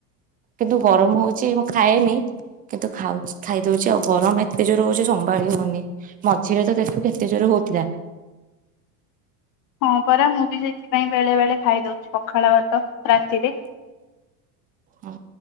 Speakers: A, on the right; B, on the left.
A: କିନ୍ତୁ ଗରମ ହଉଛି ମୁଁ ଖାଏନି କିନ୍ତୁ ଖାଉ ଖାଇଦଉଛି ଆଉ ଗରମ ଏତେ ଜୋର ହଉଛି ସମ୍ଭାଳି ହଉନି ମଝିରେ ତ ଦେଖୁଚୁ ଏତେ ଜୋର ହଉଥିଲା
B: ହଁ ପରା ମୁଁ ବି ସେଥିପାଇଁ ବେଳେ ବେଳେ ଖାଇଦଉଛି ପଖାଳ ଭାତ ରାତିରେ।
A: ହଁ